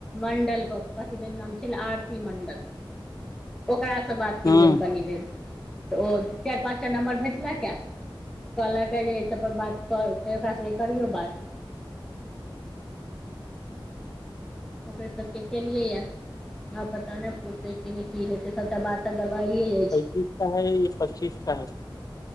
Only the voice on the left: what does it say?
हूँ
पचीस का